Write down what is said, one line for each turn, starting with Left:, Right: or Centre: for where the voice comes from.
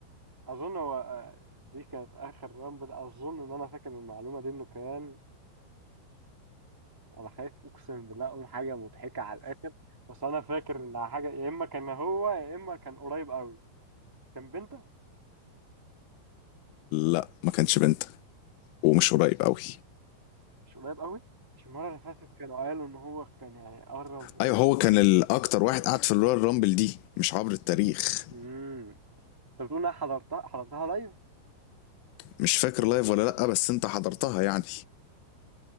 Centre: أظن هو آه، دي كانت آخر رامبل أظن إن أنا فاكر المعلومة دي إنه كان أنا خايف أقسم بالله أقول حاجة مضحكة على الآخر بس أنا فاكر إنها حاجة يا إما كان هو يا إما كان قريب أوي كان بنته
Left: لا ما كانش بنت ومش قريب قوي
Centre: مش قريب قوي مش المره اللي فاتت كانوا قالوا ان هو كان يعني قرب
Left: ايوه هو كان الاكتر واحد قعد في الرويال رامبل دي مش عبر التاريخ
Centre: امم انت بتقول انا حضرتها حضرتها لايف
Left: مش فاكر لايف ولا لا بس انت حضرتها يعني